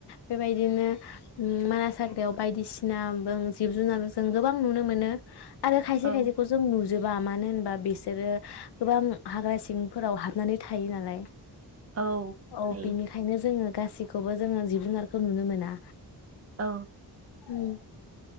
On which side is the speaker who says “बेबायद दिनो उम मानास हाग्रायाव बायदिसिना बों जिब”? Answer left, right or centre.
Left